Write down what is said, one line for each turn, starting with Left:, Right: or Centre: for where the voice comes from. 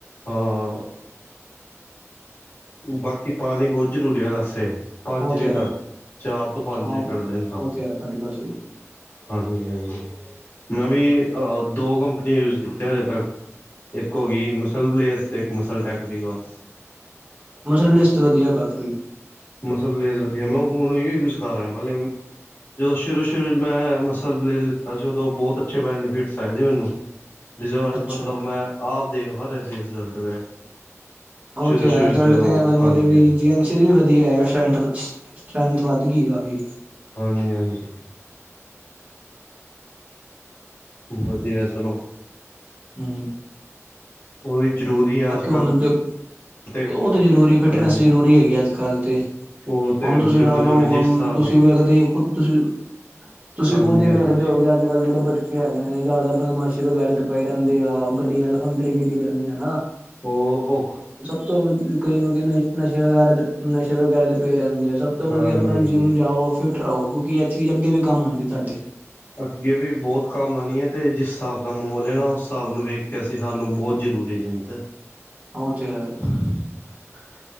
Left: ਹਾਂ ਬਾਕੀ ਪਾਣੀ ਬਹੁਤ ਜ਼ਰੂਰੀ ਹੈ ਵਸੇ। ਪੰਜ
Right: ਉਹ ਤੇ
Left: ਲੀਟਰ
Right: ਹੈ
Left: ਚਾਰ ਤੋਂ ਪੰਜ
Right: ਹਾਂ
Left: ਲੀਟਰ ਦ ਦਿੰਦਾ
Right: ਉਹ ਤੇ ਹੈ ਤੁਹਾਡੀ ਗੱਲ ਸਹੀ
Left: ਹਾਂਜੀ-ਹਾਂਜੀ ਮੈਂ ਵੀ ਅ ਦੋ ਕੰਪਨੀਆਂ ਯੂਜ ਕੀਤੀਆਂ ਹਜੇ ਤੱਕ। ਇੱਕ ਹੋਗੀ ਮਸਲ ਬਲੇਜ ਤੇ ਇੱਕ ਮਸਲ ਟੈਕ ਦੀ ਬਸ।
Right: ਮਸਲ ਬਲਿਸਟ ਵਧੀਆ ਕਾਫੀ‌।
Left: ਮਸਲਸ ਬਲੇਜ ਵਧੀਆ ਮੈਂ ਹੁਣ ਉਈਓ ਯੂਜ ਕਰ ਰਿਆ ਪਹਿਲੇ ਜਦੋਂ ਸ਼ੁਰੂ-ਸ਼ੁਰੂ 'ਚ ਮੈਂ ਮਸਲ ਬਲੇਜ ਲਿੱਤਾ ਸੀ ਉਦੋਂ ਬਹੁਤ ਅੱਛੇ ਬੈਨੀਫਿਟਸ ਆਏ ਸੀ ਮੈਨੂੰ। ਰਿਜ਼ਲਟ
Right: ਅੱਛਾ
Left: ਮਤਲਬ
Right: ਜੀ
Left: ਮੈਂ ਆਪ ਦੇਖ ਪਾ ਰਿਹਾ ਸੀੇ ਰਿਜ਼ਲਟ ਮੇਰੇ।
Right: ਓ
Left: ਸ਼ੁਰੂ-ਸ਼ੁਰੂ
Right: ਤੇ ਐ ਰਿਜਲਟ
Left: ਜਦੋਂ
Right: ਤੇ ਮੈਨੂੰ
Left: ਹਾਂਜੀ-ਹਾਂਜੀ,
Right: ਦੇਵੀ ਜੀ ਐਨ 'ਚ ਇਹ ਵੀ ਵਧੀਆ ਸਟਰੈ੍ਂਥ ਸ ਸਟਰ੍ਰੈਂਥ ਵੱਧ ਗੀ ਕਾਫੀ।
Left: ਹਾਂਜੀ-ਹਾਂਜੀ। ਵਧੀਆ ਚਲੋ।
Right: ਹੂੰ
Left: ਉਹ ਵੀ ਜ਼ਰੂਰੀ ਆ ਅੱਜ-ਕੱਲ੍ਹ।
Right: ਹੁਣ ਤੇ
Left: ਤੇ
Right: ਉਹ ਤਾਂ ਜ਼ਰੂਰੀ ਫਿਟਨੈਸ
Left: ਹਾਂਜੀ
Right: ਜ਼ਰੂਰੀ ਹੈਗੀ ਅੱਜ-ਕੱਲ੍ਹ ਤੇ।
Left: ਉਹ ਤੇ
Right: ਹੁਣ ਤੁਸੀਂ
Left: ਬਿਲਕੁਲ
Right: ਲਾ
Left: ਜ਼ਰੂਰੀ
Right: ਲਓ ਹੁਣ
Left: ਜਿਸ ਹਿਸਾਬ
Right: ਤੁਸੀਂ
Left: ਦਾ
Right: ਵੇਖਦੇ ਈ ਖੁਦ ਤੁਸੀਂ ਤੁਸੀਂ
Left: ਹਾਂਜੀ-ਹਾਂਜੀ
Right: ਖੁਦ ਈ ਵੇਖਦੇ ਓ ਕਿ ਅੱਜ-ਕੱਲ੍ਹ ਜਿਹੜੇ ਬੱਚੇ ਹੈਗੇ ਨੇ ਜ਼ਿਆਦਾ ਬਦਮਾਸ਼ੀ ਵਗੈਰਾ 'ਚ ਪਏ ਰਹਿੰਦੇ ਆ ਉਹ ਗੱਡੀਆਂ ਲਫੰਡਰੀ ਗੇਰੀ ਕਰਨੀਆਂ ਆ ਨਾ।
Left: ਉਹ ਓ
Right: ਸਭ ਤੋਂ ਵੱਡ ਕਈ ਹੈਗਾ ਨਈ-ਨਈ ਨਸ਼ੇ ਵਗੈਰਾ 'ਚ ਨਸ਼ੇ ਵਗੈਰਾ 'ਚ ਪਏ ਰਹਿੰਦੇ ਆ ਸਭ ਤੋਂ
Left: ਹਾਂਜੀ-ਹਾਂਜੀ।
Right: ਵਧੀਆ ਆਪਣਾ ਜਿੰਮ ਜਾਓ ਫਿ ਟ ਰਓ ਕਿਉਂਕਿ ਐ ਚੀਜ ਅੱਗੇ ਵੀ ਕੰਮ ਆਂਦੀ ਥਾਡੇ।
Left: ਅੱਗੇ ਵੀ ਬਹੁਤ ਕੰਮ ਆਣੀ ਐ ਤੇ ਜਿਸ ਹਿਸਾਬ ਦਾ ਮੌਲ ਐ ਨਾ ਉਸ ਹਿਸਾਬ ਨੂੰ ਵੇਖ ਕੇ ਅਸੀਂ ਸਾਨੂੰ ਬਹੁ ਜ਼ਰੂਰੀ ਜਿੰਤ
Right: <unintelligible>
Left: <inaudible>